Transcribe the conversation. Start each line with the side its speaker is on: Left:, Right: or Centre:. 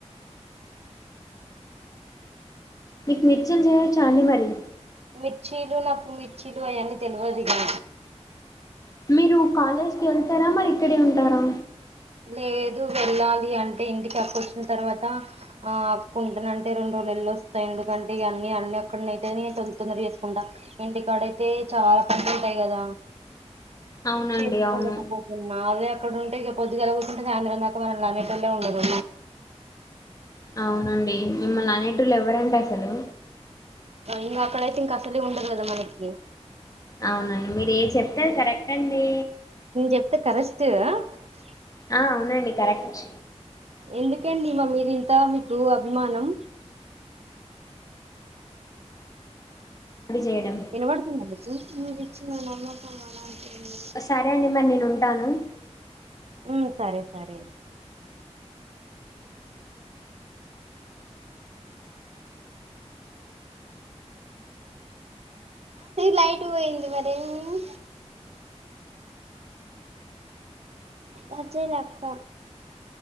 Left: మీకు మిర్చీలు చేయొచా అండి మరి
Right: మిర్చీలు నాకు మిర్చీలు అయన్నీ తెలివదు ఇ గా
Left: మీరు కాలేజ్కి వెళ్తరా మరి ఇక్కడే ఉంటారా
Right: లేదు వెళ్ళాలి అంటే ఇంటికి అక్క వచ్చిన తర్వాత ఆ అక్క ఉంటనంటే రెండు వెళ్లి వస్తా ఎందుకంటే ఇగ అన్నీ అన్నిక్కడితేనే తొందర చేసుకుంటా ఇంటికాడయితే చాలా అన్నింటయి కదా
Left: అవునండి
Right: చేసుకోలేకపోతున్నా
Left: అవును
Right: అదే అక్కడ ఉంటే పొద్దు గాల కుసుంటే సాయంత్రం దాకా మనల్ని అనే టోల్లు ఉండరు
Left: అవునండి మిమ్మల్ని అనేటోళ్ళు ఎవ్వరండి అసలు
Right: ఇంగ అక్కడైతే ఇంకా అసలే ఉండదు కదా మనకి
Left: అవునండి మీరు ఏ చెప్తే అది కరెక్ట్ అండి
Right: నేను చెప్తే కరెస్ట్ కధ
Left: ఆ అవునండి కరెక్ట్
Right: ఎందుకండి మా మీద ఇంత మీకు అభిమానం
Left: చేయడం
Right: వినబడుతుంద మీకు మీరు ఇచ్చిన నమ్మకం అలాంటిది
Left: సరే అండి మరి నేను ఉంటాను
Right: ఉం సరే సరే లైట్ పోయింది మరి ఏమ్ చేయను కట్ జేయల అక్క